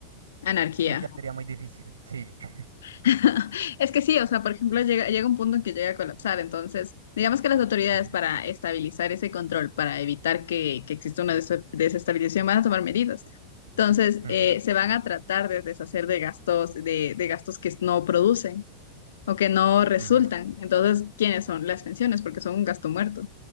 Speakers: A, on the left; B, on the right.
A: Anarquía.
B: sí ya sería muy difícil. Sí. <laughs>
A: <laughs> Es que sí, o sea, por ejemplo, llega, llega un punto en que llega a colapsar, entonces, digamos que las autoridades
B: Ujú,
A: para estabilizar ese control, para evitar que, que exista una des- desestabilización, van a tomar medidas. Entonces,
B: ujú,
A: eh, se van a tratar de deshacer de gastos, de, de gastos que no producen o que no resultan.
B: ujú,
A: Entonces, ¿quiénes son? Las pensiones, porque son un gasto muerto.